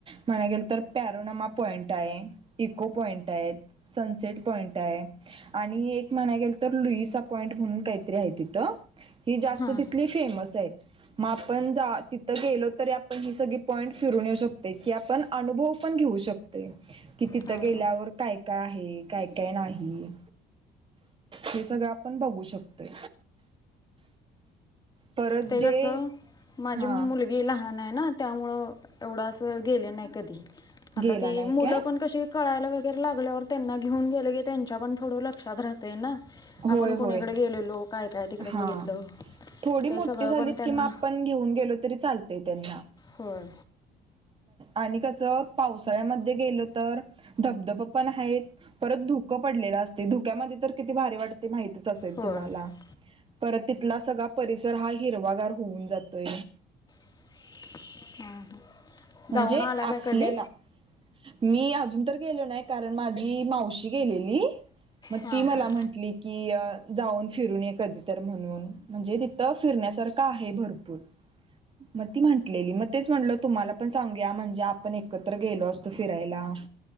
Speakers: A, on the right; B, on the left.
A: म्हणाय गेल नंतर पॅरोनामा पॉइंट आहे इको पॉइंट आहेत. सनसेट पॉइंट आहे आणि एक म्हणाय गेल तर लुईसा पॉईंट म्हणून आहे काहीतरी तीथ. ही जास्त
B: हां
A: तिथली फेमस आहे. मग आपण तिथ गेलो तरी आपण ही सगळी पॉइंट फिरून येऊ शकते की आपण अनुभव पण घेऊ शकतोय की तिथ
B: हां
A: गेल्यावर
B: हां
A: काय काय आहे काय काय नाही. हे सगळं आपण बघू शकतोय. परत
B: ते
A: जे
B: कस माझी
A: हा
B: मुलगी लहान आहे. ना त्यामुळं एवढं असं गेले नाही कधी. आता
A: गेला
B: ती
A: नाही
B: मुलं
A: काय
B: पण कशी कळायला वगैरे लागल्यावर त्यांना घेऊन गेलं की त्यांच्या पण थोड लक्षात राहतय ना
A: होय
B: आपण कुनिकडे
A: होय
B: गेलेलो काय. काय तिकडं
A: हा.
B: बघितलं.
A: थोडी मोठी
B: ते सगळं
A: झालीत
B: पण त्यांना
A: किं आपण घेऊन गेलो तरी चालते त्यांना.
B: होय.
A: आणि कस पावसाळ्यामध्ये गेल तर धबधब पण आहेत. परत धुक पडलेलं असते धुक्यामध्ये तर किती भारी वाटते माहतीच असेल
B: होय
A: तुम्हाला.
B: हां
A: परत तिथला सगळा परिसर हा हिरवागार होऊन जातोय
B: <inaudible> हां
A: म्हणजे
B: जाऊन आला
A: आपल्याला
B: का कधी
A: मी अजून तर गेलो नाही कारण माझी मावशी गेलेली मग
B: हां
A: ती
B: हां
A: मला म्हटली की अ जाऊन फिरून कधी तर म्हणून म्हणजे तिथं फिरण्यासारखं आहे भरपूर मग ती म्हटलेली मग तेच म्हटलं तुम्हाला आपण सांगूया म्हणजे आपण एकत्र गेलो असतो फिरायला